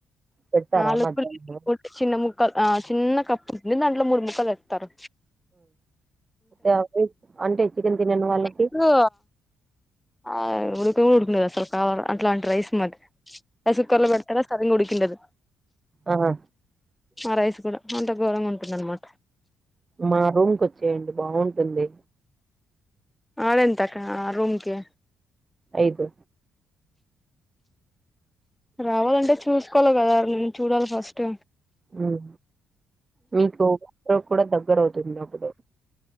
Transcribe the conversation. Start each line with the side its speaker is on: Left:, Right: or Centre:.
Right: పెడతారా
Centre: నాలుగు
Right: మధ్యాహ్నం
Centre: లేవు వట్టి చిన్న ముక్క ఆ చిన్న కప్పు ఉంటుంది దాంట్లో మూడు ముక్కలుస్తారు
Right: ఆ అవి అంటే చికెన్ తినను వాళ్ళకి
Centre: ఇప్పుడు ఆ ఉడికను కూడా ఉడుకిండదు అసలు కావాల అట్లాంటి రైస్ మరి రైస్ కుక్కర్ లో పెడతారా సరిగ ఉడికిండదు
Right: ఆ
Centre: ఆ రైస్ కూడా అంత ఘోరంగా ఉంటుందనమాట
Right: మా రూమ్ కచ్చేయండి బాగుంటుంది
Centre: ఆడ ఎంతంతాక్క రూమ్కి
Right: ఐదు
Centre: రావాలంటే చూసుకోవాలి కదా నేను చూడాలి ఫస్ట్
Right: ఉమ్ మీకు కూడా దగ్గరవుతుంది అప్పుడు